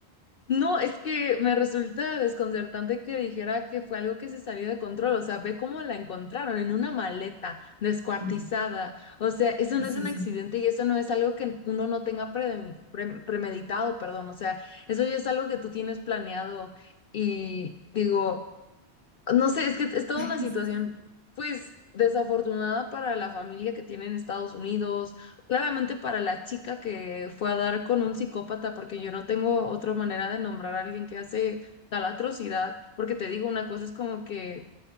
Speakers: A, on the left; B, on the right.
A: No, es que me resulta desconcertante que dijera que fue algo que se salió de control. O sea, ve cómo la encontraron en una maleta descuartizada.
B: Sí.
A: O sea, eso
B: Sí,
A: no
B: sí,
A: es un
B: sí.
A: accidente y eso no es algo que uno no tenga predem- pre- premeditado, perdón. O sea, eso ya es algo que tú tienes planeado. Y digo, no sé, es que es toda
B: <laughs>
A: una situación, pues, desafortunada para la familia que tiene en Estados Unidos, claramente para la chica que fue a dar con un psicópata, porque yo no tengo otra manera de nombrar a alguien que hace tal atrocidad, porque te digo una cosa, es como que,